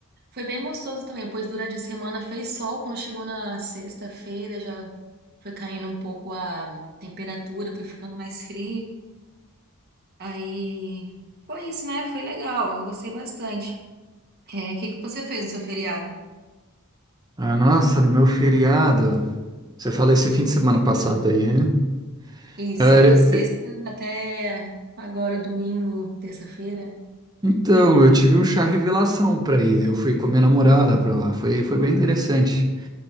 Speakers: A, on the right (about 45°); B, on the right (about 20°).
A: foi bem gostoso também, pois durante a semana fez sol, quando chegou na sexta-feira já foi caindo um pouco a temperatura, foi ficando mais frio. Aí foi isso, né? Foi legal, eu gostei bastante. É, o que que você fez no seu feriado?
B: Ah, nossa, meu feriado. Você fala esse fim de semana passado aí, né?
A: Isso,
B: É,
A: de sexta até agora, domingo, terça-feira.
B: então, eu tive um chá revelação pra ir. Eu fui com a minha namorada pra lá. Foi, foi bem interessante.